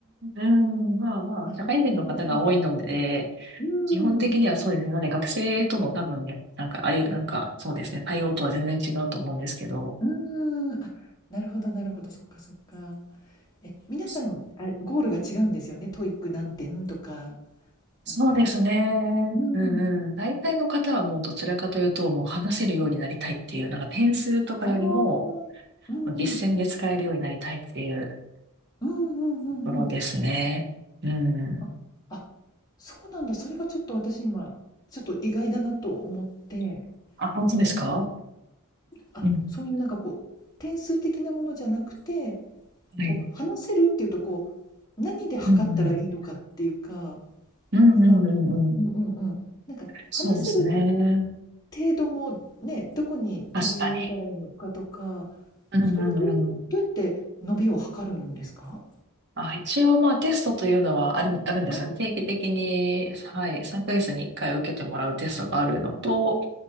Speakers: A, on the right (about 50°); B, on the left (about 15°).
A: ん、まあまあ、
B: なるほど。
A: 社会人の方が多いので、
B: うーん、
A: 基本的にはそうですね。
B: う
A: なので学生との多分、なんか、ああいう、なんか、そうですね。対応とは全然違うと思うんですけど、
B: ーん。あ、なるほどなるほど、そっかそっか。え、皆さん、
A: そ
B: あれ、ゴールが違うんですよね。トイックなん何点とか、なんか。
A: そうですね。
B: うーん。
A: うんうん。大体の方はもうどちらかというと、もう話せるようになりたいっていう、なんか点数とかよりも、
B: ああ。うんうん。
A: 実践で使えるようになりたいっていう
B: うんうんうんうん。
A: ところですね。うん。
B: ああそうなんだ。それがちょっと私今、ちょっと意外だなと思って、
A: あ、本当ですか
B: もう、あ、
A: うん。
B: そういうなんかこう、点数的なものじゃなくて、
A: はい。
B: こう、話せるっていうと、こう、何で測ったらいいのかっていうか、
A: うんうん。うんうんうんうん。
B: その、うんうんうん。なんか、
A: そうですね。
B: 話せる程度もね、どこに基準を置いたらいいのかとか、
A: 確かに。うんうんうん。
B: それはどうや、どうやって伸びを測るんですか
A: あ、一応まあテストというのはある、あるんですよね。
B: ああ
A: 定期的に、はい、3ヶ月に1回受けてもらうテストがあるのと、